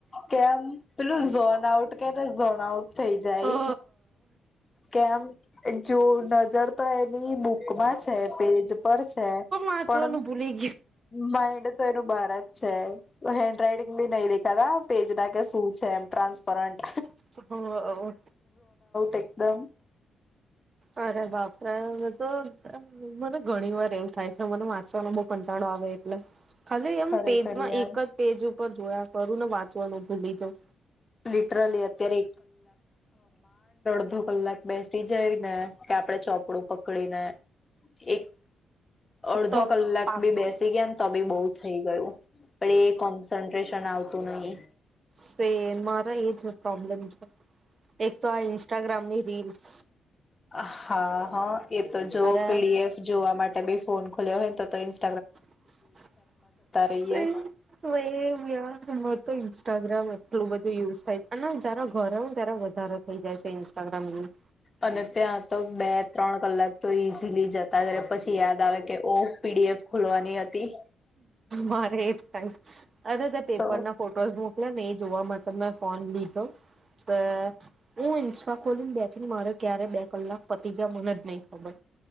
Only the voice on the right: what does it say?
અ
વાંચવાનું
ભૂલી
ગયું
અરે બાપરે હવે તો મને ઘણી વાર એવું થાય છે મને વાંચવાનો બહુ કંટાળો આવે. એટલે ખાલી એમ
પેજમાં
એક જ પેજ ઉ પર જોયા કરું ને વાંચવાનું ભૂલી જવ.
તો
પાસ.
સેમ મારો એજ પ્રોબ્લમ છે. એક તો આ ઇન્સ્ટાગ્રામની રીલ્સ.
અરે
સેમ <unintelligible>
ઇન્સ્ટાગ્રામ. <unintelligible> <unintelligible> <unintelligible> જાય છે ઇન્સ્ટાગ્રામ યુઝ.
મારે એ થાયસ અરે તે પેપર
ના ફોટોસ મ એટલે મેં એ જોવા માટે મેં ફોન લીધો તો હું ઇન્સમાં ખોલીને બેઠી મારે ક્યારે બે કલાક પતિજા મને જ નહીં ખબર